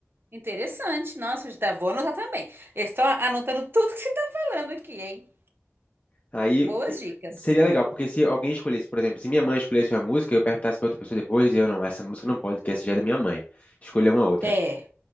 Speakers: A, on the right; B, on the left.
A: Interessante. Nossa, já vou anotar também. Eu Estou anotando tudo que você tá falando aqui, hein?
B: Aí
A: Boas
B: e-
A: dicas.
B: seria legal, porque se alguém escolhesse, por exemplo, se minha mãe escolhesse uma música, eu perguntasse pra outra pessoa depois, eu dizia, não, essa música não pode, porque essa já é da minha mãe. Escolha uma outra.
A: É.